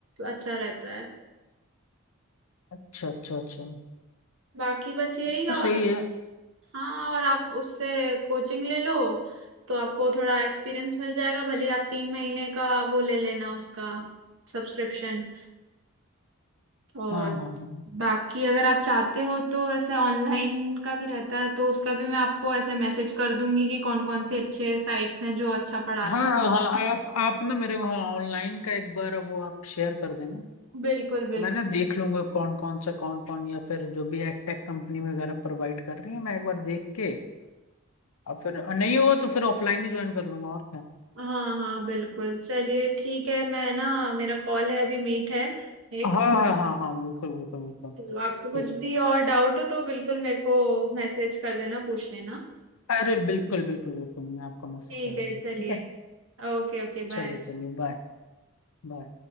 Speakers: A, on the right; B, on the left.
A: अच्छा रहता है
B: अच्छा अच्छा अच्छा
A: बाकी बस यही
B: तब तो
A: और
B: सही है
A: हाँ और आप उससे कोचिंग ले लो तो आपको थोड़ा एक्सपीरियंस मिल जाएगा भले ही आप तीन महीने का वो ले लेना उसका सब्सक्रिप्शन और
B: हाँ हाँ हाँ
A: बाकी अगर आप चाहते हो तो ऐसे ऑनलाइन का भी रहता है तो उसका भी मैं आपको ऐसे मैसेज कर दूंगी कि कौन कौन से अच्छे साइट्स हैं जो अच्छा पढ़ाते
B: हाँ हाँ हाँ आप आप ना मेरे को हाँ ऑनलाइन का एक बार वो आप शेयर कर देना
A: हैं बिल्कुल बिल्कुल
B: मैं ना देख लूंगा कौन कौन सा कौन कौन या फिर जो भी एडटेक कंपनी वगैरह प्रोवाइड कर रही है मैं एक बार देख के और फिर और नहीं हुआ तो फिर ऑफलाइन ही ज्वाइन कर लूंगा और क्या
A: हाँ हाँ बिल्कुल चलिए ठीक है मैं ना मेरा कॉल है अभी मीट है एक
B: हाँ हाँ हाँ हाँ बिल्कुल बिल्कुल बिल्कुल
A: तो आपको कुछ
B: ठीक
A: भी और डाउट हो तो बिल्कुल मेरे को मैसेज कर देना पूछ लेना
B: अरे बिल्कुल बिल्कुल बिल्कुल मैं आपको मैसेज
A: ठीक
B: कर दूंगा
A: है चलिए
B: ठीक है
A: ओके ओके
B: चलिए
A: बाय
B: चलिए बाय बाय